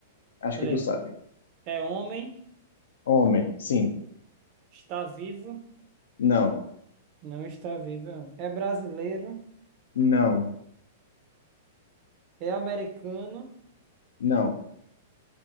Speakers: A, on the left (about 85°); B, on the right (about 35°).
A: Acho
B: Beleza.
A: que tu sabe.
B: É homem,
A: Homem, sim.
B: está vivo.
A: Não.
B: Não está vivo. É um- é brasileiro.
A: Não.
B: É americano.
A: Não.